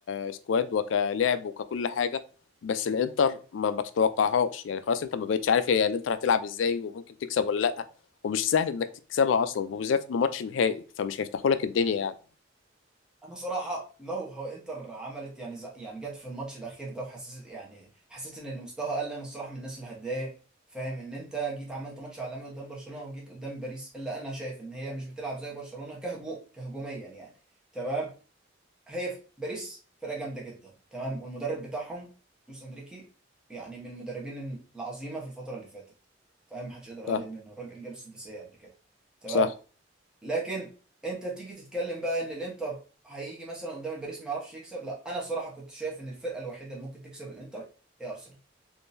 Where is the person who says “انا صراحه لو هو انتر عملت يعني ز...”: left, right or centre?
Centre